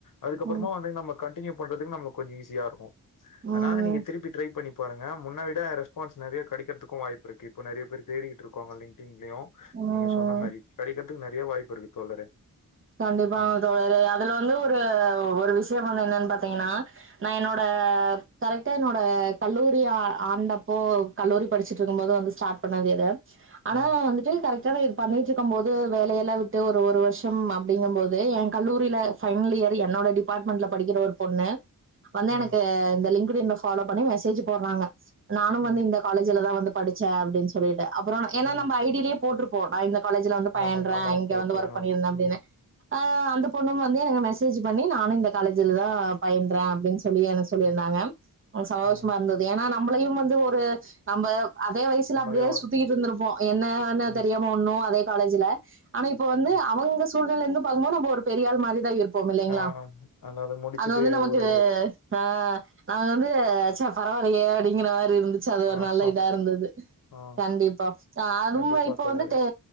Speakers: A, on the left (about 65°); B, on the right (about 35°).
A: அதுக்கப்பறமா
B: ம்
A: வந்து நம்ம கண்டினியூ பண்றதுக்கு நம்மளுக்கு கொஞ்ச ஈஸியா இருக்கு
B: ம்
A: அதனால நீங்க திருப்பி ட்ரை பண்ணி பாருங்க முன்னவிட ரெஸ்பான்ஸ் நெறைய கெடைக்கற்துக்கு வாய்ப்பு இருக்கு இப்போ நெறைய பேர் தேடிக்கிட்ருக்காங்க லங்டிங்லயு
B: ம்
A: நீங்க சொன்ன மாரி கெடைக்கற்துக்கு நெறைய வாய்ப்பு இருக்கு தோழரே
B: கண்டிப்பாங்க
A: ம்.
B: தோழரே அதுல வந்து ஒரு ஒரு விஷ்யம் வந்து என்னன் பாத்தீங்னா நா என்னோட கரெக்டா என்னோட கல்லூரி ஆ ஆண்டப்போ கல்லூரி படிச்சிட்ருக்கும் போது வந்து ஸ்டார்ட் பண்ணது இது ஆனா
A: ம்.
B: வந்துட்டு கரெக்டானது பண்ணிட்ருக்கும் போது வேலையெல்லா விட்டு ஒரு ஒரு வர்ஷ ம் அப்டிங்கம்போது எ கல்லூரில ஃபைனல் இயர் என்னோட டிபார்ட்மெண்ட்ல படிக்கிற ஒரு பொண்ணு வந்து
A: ம்.
B: எனக்கு இந்த லிங்க்டு இன்ன ஃபாலோ பண்ணி மெசேஜு போட்றாங்க நானு
A: ம்.
B: வந்து இந்த காலேஜுல தா வந்து படிச்சே அப்டின் சொல்லிட்டு அப்றோ ஏனா
A: ம்.
B: நம்ப ஐ டி லே போட்ருப்போ நா இந்த காலேஜுல வந்து பயின்றே
A: நம்ம ஆமா ஓகே,
B: இங்க வந்து
A: ஓகே.
B: ஒர்க்
A: ஆ.
B: பண்ணிருந்தே
A: ம்.
B: ஆ அந்த பொண்ணும் வந்து எனக்கு மெசேஜு பண்ணி நானு இந்த காலேஜுல தா பயின்றறே அப்டின் சொல்லி என சொ சொல்லியிருந்தாங்க
A: ம்.
B: ஒ சதோஷமா
A: ஆ.
B: இருந்தது ஏனா நம்பளையும் வந்து ஒரு நம்ப அதே வயசுல
A: நம்மளே
B: அப்டியே சுத்திகிட்டு இருந்திருப்போ என்னவுன்னு
A: ம்.
B: தெரியாம ஒன்னு அதே காலேஜுல ஆனா இப்ப வந்து
A: ம்.
B: அவங்க சூழ்நில இருந்து பாக்கும் போது நம்ம ஒரு பெரியாள் மாரிதா இருப் போம் இல்லைங்ளா
A: ஆ. அதாவது முடிச்சுட்டு
B: அது வந்து நமக்கு
A: ஒரு
B: ஆ நாங்க வந்து ச்ச பரவால்லயே அப்டிங்கிறமாரி இருந்து ச்ச அது ஒரு
A: ஆ.
B: நல்ல
A: ஹ.
B: இதா இருந்தது
A: ஆ.
B: கண்டிப்பா அ அதுவுமே
A: கண்டிப்பா
B: இப்ப
A: தோழரே.
B: வந்துட்டு